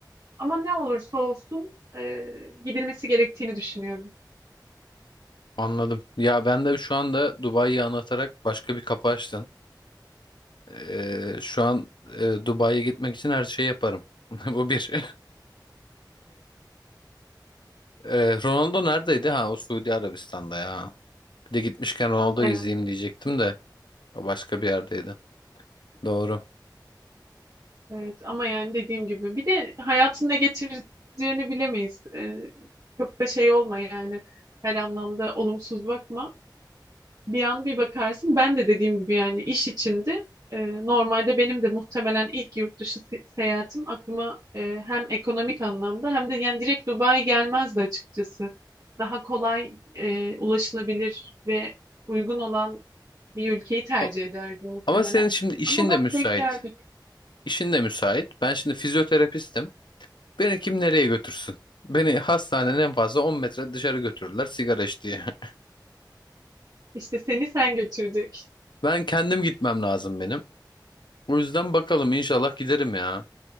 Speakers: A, on the right; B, on the left.
A: Ama ne olursa olsun e, gidilmesi gerektiğini düşünüyorum.
B: Anladım. Ya ben de şu anda Dubai'yi anlatarak başka bir kapı açtın. Ee, şu an e, Dubai'ye gitmek için her şeyi yaparım. <laughs> Bu bir. <laughs> Ee, Ronaldo neredeydi? Ha o Suudi Arabistan'da ya. Bir de gitmişken Ronaldo'yu
A: Evet,
B: izleyeyim diyecektim de o başka bir yerdeydi. Doğru.
A: evet. Ama yani dediğim gibi bir de hayatın ne getireceğini bilemeyiz. E, çok da şey olma yani her anlamda olumsuz bakma. bir an bir bakarsın. Ben de dediğim gibi yani iş içindi. Ee, normalde benim de muhtemelen ilk yurt dışı se- seyahatim aklıma e, hem ekonomik anlamda hem de yani direkt Dubai gelmezdi açıkçası. Daha kolay e, ulaşılabilir ve uygun olan bir ülkeyi tercih
B: O-
A: ederdim muhtemelen.
B: Ama senin şimdi işin
A: Ama bak
B: de müsait.
A: denk geldi.
B: İşin de müsait. Ben şimdi fizyoterapistim. Beni kim nereye götürsün? Beni hastanenin en fazla 10 metre dışarı götürürler sigara iç diye. <laughs>
A: İşte seni sen götürdük.
B: Ben kendim gitmem lazım benim. O yüzden bakalım inşallah giderim ya.